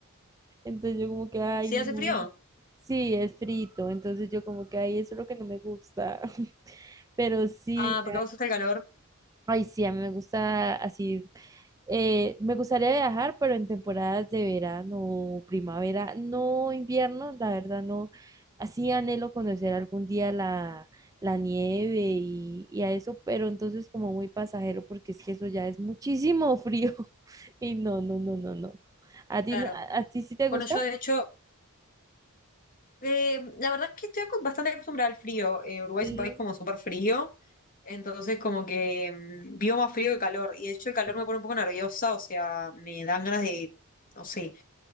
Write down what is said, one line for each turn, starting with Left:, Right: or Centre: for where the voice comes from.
Right: <laughs> Entonces yo como que, ay,
Left: ¿Sí hace
Right: no.
Left: frío?
Right: Sí, es frito. Entonces yo como que, ay, eso es lo que no me gusta. <laughs> Pero sí.
Left: Ah, porque a vos gusta el calor,
Right: Ay, sí, a mí me gusta así. eh, me gustaría viajar, pero en temporadas de verano, primavera, no invierno, la verdad no. Así anhelo conocer algún día la, la nieve y, y a eso, pero entonces como muy pasajero, porque es que eso ya es muchísimo frío. <laughs> Y no, no, no, no, no. ¿A ti,
Left: claro.
Right: no- a, a ti sí te gusta?
Left: Bueno, yo de hecho, eh, la verdad es que estoy acos- bastante acostumbrada al frío. Eh, Uruguay
Right: Sí,
Left: es un país como súper frío, entonces como que mm, vivo más frío que calor. Y de hecho el calor
Right: sí.
Left: me pone un poco nerviosa, o sea, me dan ganas de, no sé,